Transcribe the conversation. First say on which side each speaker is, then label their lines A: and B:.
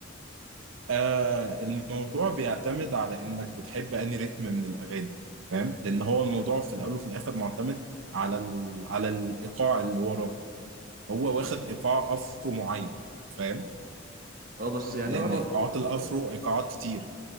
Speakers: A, on the right (about 90°); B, on the right (about 45°).
A: آه الموضوع بيعتمد على انك بتحب انهي رتم من الاغاني فاهم لان هو الموضوع في الاول وفي الاخر معتمد على ال... على الايقاع اللي وراه هو واخد ايقاع افرو معين فاهم
B: اه بس يعني
A: لان
B: انا
A: ايقاعات الافرو ايقاعات كتير